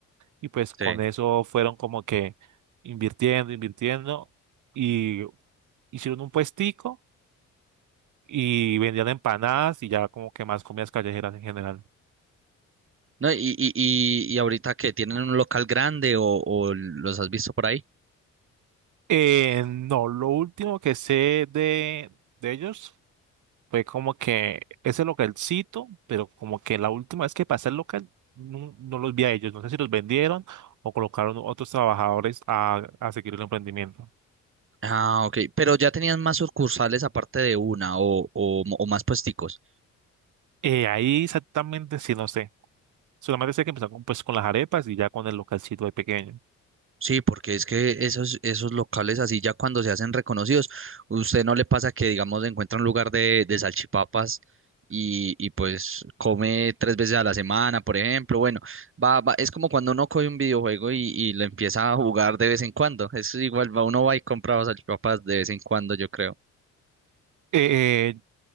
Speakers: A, on the right (about 75°); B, on the right (about 45°).
A: Y pues con
B: Sí.
A: eso fueron como que invirtiendo, invirtiendo. Y hicieron un puestico y vendían empanadas y ya como que más comidas callejeras en general.
B: No, y, y, y, y ahorita que tienen un local grande o, o los has visto por ahí.
A: Eh, no, lo último que sé de, de ellos Fue como que ese localcito, pero como que la última vez que pasé el local no, no los vi a ellos. No sé si los vendieron o colocaron otros trabajadores a, a seguir el emprendimiento.
B: Ah, ok. Pero ya tenían más sucursales aparte de una o, o, o más puesticos.
A: Eh, ahí exactamente sí, no sé. Solamente sé que empezaron con, pues, con las arepas y ya con el localcito de pequeño.
B: Sí, porque es que esos, esos locales así ya cuando se hacen reconocidos, usted no le pasa que, digamos, encuentra un lugar de, de salchipapas y, y pues come tres veces a la semana, por ejemplo. Bueno, va, va, es como cuando uno coge un videojuego y, y lo empieza a jugar de vez en cuando. Es igual, va, uno va y compra salchipapas de vez en cuando, yo creo.
A: Eh,